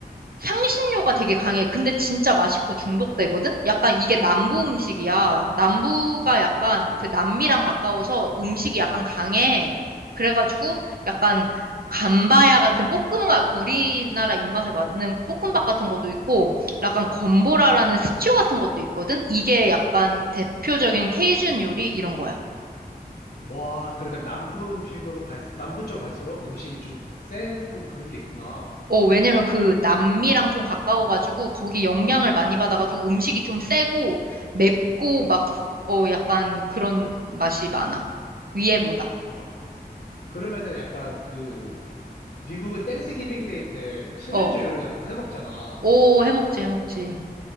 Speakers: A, on the right (about 65°); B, on the left (about 60°).
A: 향신료가 되게 강해. 근데 진짜 맛있고 중독되거든? 약간 이게 남부 음식이야. 남부가 약간 그 남미랑 가까워서 음식이 약간 강해. 그래가지고 약간 감바야 같은 볶음밥, 우리나라 입맛에 맞는 볶음밥 같은 것도 있고, 약간 건보라라는 스튜 같은 것도 있거든? 이게 약간 대표적인 케이준 요리 이런 거야.
B: 와, 그러니까 남부 음식으로 갈, 남부 쪽 갈수록 음식이 좀 센고 그런 게 있구나.
A: 어, 왜냐면 그 남미랑 좀 가까워가지고 거기 영향을 많이 받아가지고 음식이 좀 세고 맵고 막, 그, 어, 약간 그런 맛이 많아. 위에보다.
B: 와. 그러면은 약간 그, 미국은 땡스기빙 데이 때 칠면조
A: 어,
B: 요리 같은 거 해 먹잖아.
A: 오, 해먹지, 해먹지.